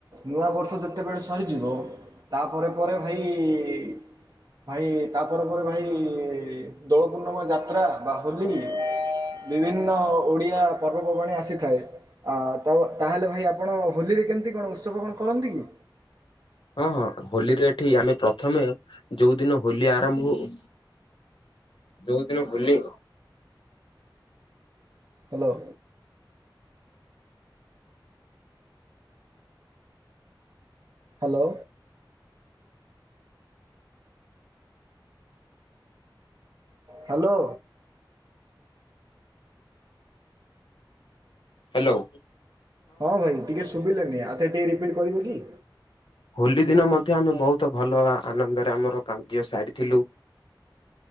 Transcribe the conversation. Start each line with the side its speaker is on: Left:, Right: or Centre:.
Right: ନୂଆ ବର୍ଷ ଯେତେବେଳେ ସରିଯିବ ତାପରେ ପରେ ଭାଇ ଭାଇ ତାପରେ ପରେ ଭାଇ ଦୋଳ ପୂର୍ଣ୍ଣିମା ଯାତ୍ରା ବା ହୋଲି ବିଭିନ୍ନ ଓଡିଆ ପର୍ବପର୍ବାଣି ଆସିଥାଏ। ଆ ତା ତାହେଲେ ଭାଇ ଆପଣ ହୋଲିରେ କେମିତି କଣ ଉତ୍ସବ କଣ କରନ୍ତି କି?
Left: ହଁ, ହୋଲିରେ ଏଠି ଆମେ ପ୍ରଥମେ ଯୋଉ ଦିନ ହୋଲି ଆରମ୍ଭ ହଉ ଯୋଉଦିନ Holi
Right: hello. Hello. Hello.
Left: Hello.
Right: ହଁ, ଭାଇ ଟିକେ ଶୁଭିଲାନି ଆଉ ଥରେ ଟିକେ ରିପିଟ୍ କରିବେ କି?
Left: ହୋଲି ଦିନ ମଧ୍ୟ ଆମେ ବହୁତ ଭଲ ଆନନ୍ଦରେ ଆମର କାର୍ଯ୍ୟ ସାରିଥିଲୁ। <inaudible>